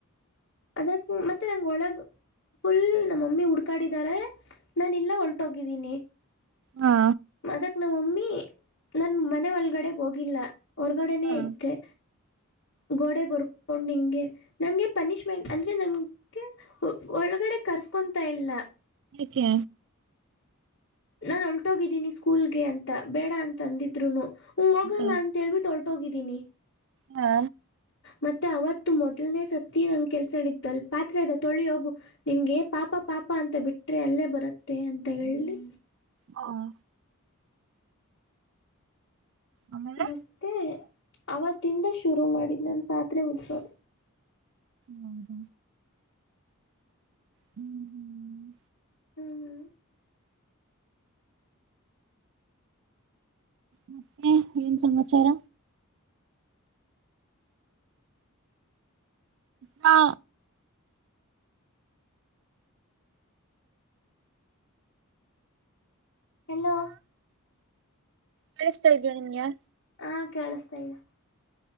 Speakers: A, on the left; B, on the right.
A: ಅದಕ್ಕೆ ಮತ್ತೆ ನಂಗೆ ಒಳಗೆ ಫುಲ್ ನಮ್ಮಮ್ಮಿ ಹುಡ್ಕಾಡಿದ್ದಾರೆ ನಾನ ಎಲ್ಲ ಹೊಲ್ಟೋಗಿದ್ದೀನಿ
B: ಹಾ
A: ಅದ ನಮ್ಮ ಮಮ್ಮಿ ನನ್ ಮನೆ ಒಳಗಡೆ ಹೋಗಿಲ್ಲ ಹೊರ್ಗಡೆನೆೇ
B: ಹಾ
A: ಇದ್ದೆ ಗೋಡೆ ಗೊರ್ಕೊಂಡ್ ನಿಂಗೆ ನಂಗೆ ಪನಿಶ್ಮೆಂಟ್ ಅಂದ್ರೆ ನಂಗೆ ಒಳಗಡೆ ಕರ್ಸ್ಕೊಂತಾ ಇಲ್ಲ
B: ಕ್ಕೆ
A: ನಾನ್ ಹೊಂಟೋಗಿದ್ದೀನಿ ಸ್ಕೂಲ್ಗೆ ಅಂತ ಬೇಡ ಅಂತ ಅಂದಿದ್ರುನು ಹೋಗಲ್ಲ
B: ಹಾ
A: ಅಅಂಥ ಹೇಳ್ಬಿಟ್ಟು ಹೋಗಿದ್ದೀನಿ
B: ಹಾ
A: ಮತ್ತೆ ಅವತ್ತು ಮೊದಲ್ನೇ ಸತಿ ನಂ ಕೆಲ್ಸಗಳ ಇದ್ದಲ್ ಪಾತ್ರ ಅದೆ ತೊಳಿ ಹೋಗು ನಿನ್ಗೆ ಪಾಪ ಪಾಪ ಅಂತ ಬಿಟ್ರೆ ಅಲ್ಲೇ ಬರುತ್ತೆ ಅಂತ ಹೇಳಿ
B: ಹ ಆಮೇಲೆ
A: ಮತ್ತೆ ಅವತ್ತಿಂದ ಶುರು ಮಾಡಿದ ನನ್ನ ಪಾತ್ರೆ ಉಜ್ಜದು
B: ಹೌದ ಹ್ಮ್ ಹ್ಮ್
A: ಹ್ಮ್ ಹ್ಮ
B: ಮತ್ತೆ ಏನ್ ಸಮಾಚಾರ ಹಾ
A: ಹಲೋ
B: ಕಳಿಸ್ತಾ ಇದೀಯಾ ನಿಂಗೆ
A: ಹಾ ಕೇಳಿಸ್ತಾ ಇದೆ